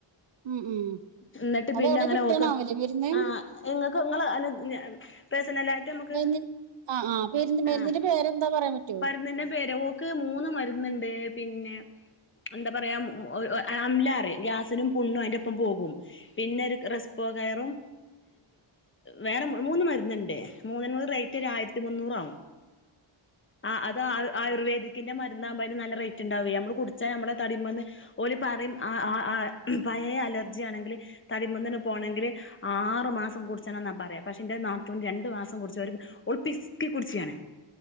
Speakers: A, on the right (about 60°); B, on the left (about 25°).
A: ഉം ഉം.
B: എന്നിട്ട്
A: അത്
B: പിന്നെ
A: എവിടെ
B: അങ്ങനെ
A: കിട്ടണാവല്ലേ
B: ഓക്ക്
A: മരുന്ന്
B: അ ഇങ്ങക്ക് ഇങ്ങള് ഇ <unintelligible> പേഴ്സണലയിട്ട് നമ്മക്ക്.
A: മരുന്ന് ആ ആ മരുന്ന് മരുന്നിന്റെ
B: ആഹ
A: പേരെന്താ പറയാൻ പറ്റുമോ
B: മരുന്നിന്റെ പേരോ, വോക്ക് മൂന്ന് മരുന്നുണ്ട്..... പിന്നെ.. എന്താ പറയാ <unintelligible> അംല്ല, റ ഗ്യാസിനും പുണ്ണും അതിന്റെ ഒപ്പം പോകും പിന്നെ. ഒരു റെപ്പോ <unintelligible> വേറെ മൂന്ന് മരുരുന്നുണ്ട് മൂന്നിനുടെ റേറ്റ് ആയിരത്തി മുന്നൂറ വും. ആഹ് അത ആ ആയുർവേദി...... ന്റെ മരുന്നകുമ്പോഅതിന്ന്, നല്ല റേറ്റ് ഉണ്ടാവേ. നമ്മള് കുടിച്ചാൽ നമ്മളെ തടിമന്ന് ഒല്ല്പറയും. അ അ പയേ അലർജി ആണെങ്കിൽ തടിമുന്നിന് പോകണെങ്കില്ല് ആറ്മാസം കുടിച്ചണന്ന പറയ പക്ഷേ എന്റെ നാത്തൂ രണ്ടു മാസം കുടിച്ച അവൾ പിസ്ക്കി കുടിച്ചിയാണ്.......